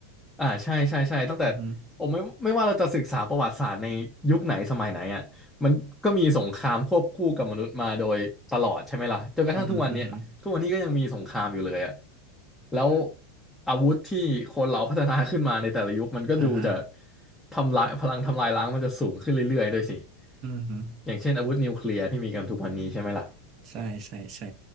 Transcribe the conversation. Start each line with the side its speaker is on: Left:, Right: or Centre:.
Centre: อ่าใช่ใช่ใช่ตั้งแต่
Right: อือฮึ
Centre: ผมไม่ไม่ว่าเราจะศึกษาประวัติศาสตร์ในยุคไหนสมัยไหนอ่ะมันก็มีสงครามควบคู่กับมนุษย์มาโดยตลอดใช่ไหมล่ะจนกระทั่งทุกวันเนี้ยทุกวันนี้ก็ยังมีสงครามอยู่เลยอ่ะ
Right: อือฮึอือฮึ
Centre: แล้วอาวุธที่คนเราพัฒนาขึ้นมาในแต่ละยุคมันก็ดูจะ
Right: อ่าฮะ
Centre: ทำลายพลังทำลายล้างมันจะสูงขึ้นเรื่อยๆด้วยสิ
Right: อือฮึ
Centre: อย่างเช่นอาวุธนิวเคลียร์ที่มีกันทุกวันนี้ใช่ไหมล่ะ
Right: ใช่ใช่ใช่